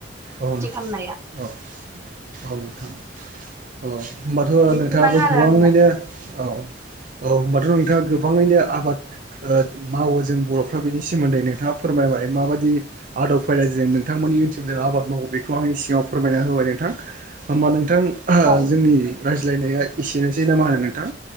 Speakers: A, on the right; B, on the right.
A: औ औ नोंथां
B: खालामनाया
A: औ औ नोंथां। औ होनोमबाथ'
B: बेसिमानो
A: नोंथाङाबो
B: आरो
A: गोबाङैनो
B: आंनिया
A: औ औ होनबा आरो नोंथाङा गोबाङैनो आबाद मावो जों बर'फ्रा बेनि सोमोन्दै नोंथाङा फोरमायबाय माबायदि दि आद'ब उफायजों नोंथांमोननि इउटुबजों आबाद मावो बेखौ आंनि सिगाङाव फोरमायना होबाय नोंथां। होमबा नोंथां
B: औ
A: जोंनि रायज्लायनाया एसेनोसै ना मा होनो नोंथां।